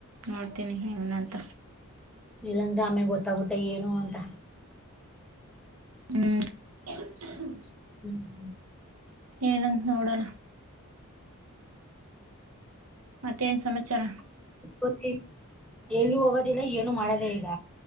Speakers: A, on the right (about 80°); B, in the centre.
A: ನೋಡ್ತೀನಿ ಏನಂತ.
B: ಇಲ್ಲಾಂದ್ರೆ ಆಮೇಲ್ ಗೊತ್ತಾಗುತ್ತೆ ಏನು ಅಂತ.
A: ಹ್ಮ್ ಹ್ಮ್.
B: ಹ್ಮ್
A: ಎಲನ್ ನೋಡಲ್ಲ. ಮತ್ತೆ ಏನ್ ಸಮಚರ.
B: O E. ಎಲ್ಲೂ ಹೋಗೋದಿಲ್ಲ ಏನು ಮಾಡೋದೇ ಇಲ್ಲ.